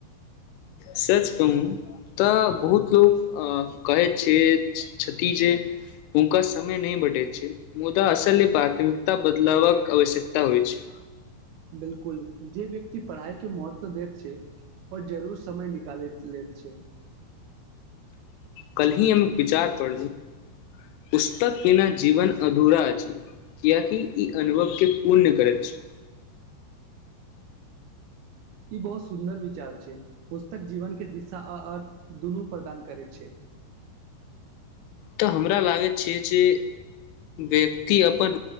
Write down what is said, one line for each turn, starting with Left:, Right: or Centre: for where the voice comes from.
Left: सच कहू, तऽ बहुत लोक अ कहै छै क्ष जे ओनका समय नहि बटे छै, मुदा असल प्राथमिकता बदलवक आवश्यकता होइ छै।
Right: बिलकुल, जे व्यक्ति पढ़ाई के महत्व दैत छै, ओओर जरूर समय निकालि लैत छै।
Left: कल ही हम विचार पढ़लु, पुस्तक बिना जीवन अधूरा अछि, कियकि ई अनुभव के पूर्ण करैत छी।
Right: ई बहुत सुन्दर विचार छै, पुस्तक जीवन के दिशा आ अर्थ दुनू प्रदान करै छै।
Left: तऽ हमरा लागैत छै, जे व्यक्ति अपन